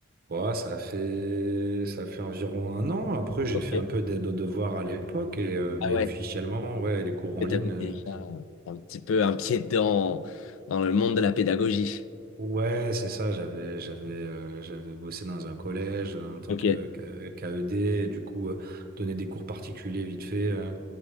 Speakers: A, on the right; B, on the left.
A: Ouais, ça fait ça fait environ un an. Après, j'ai
B: Ok.
A: fait un peu d'aide aux devoirs à l'époque, et euh,
B: Ah
A: mais
B: ouais,
A: officiellement, ouais, les cours en
B: tu
A: ligne.
B: avais
A: euh,
B: déjà un petit peu un pied dedans dans le monde de la pédagogie.
A: ouais, c'est ça. J'avais j'avais euh, j'avais bossé dans un collège en tant
B: Ok,
A: que que- qu'AED, et du coup, euh, donner des cours particuliers vite fait. euh,